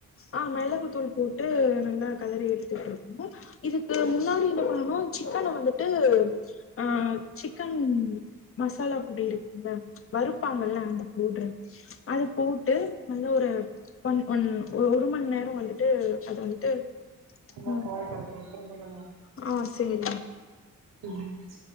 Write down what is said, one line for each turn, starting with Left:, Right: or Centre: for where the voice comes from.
Left: ஆ மிளகுத்தூள் போட்டு நல்லா கதறி எடுத்துட்டு இருக்கோம் இதுக்கு முன்னாடி என்ன பண்ணனும் சிக்கனை வந்துட்டு அ சிக்கன் மசாலா பொடி இருக்குங்க வறுப்பாங்கல்லாம் அந்த போடுறன் அது போட்டு நல்லா ஒரு ஒன் ஒன்னு ஒரு ஒரு மணி நேரம் வந்துட்டு அது வந்துட்டு
Right: நான்
Left: ம்
Right: கால் பண்றேன் அப்பறம் நாம
Left: ஆ செரி
Right: ம்